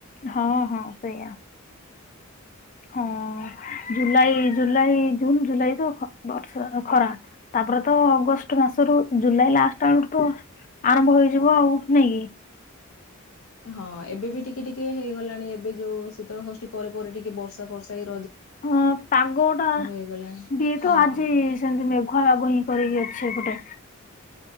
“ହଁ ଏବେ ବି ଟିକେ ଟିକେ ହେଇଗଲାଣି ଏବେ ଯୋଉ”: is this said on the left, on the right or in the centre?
Left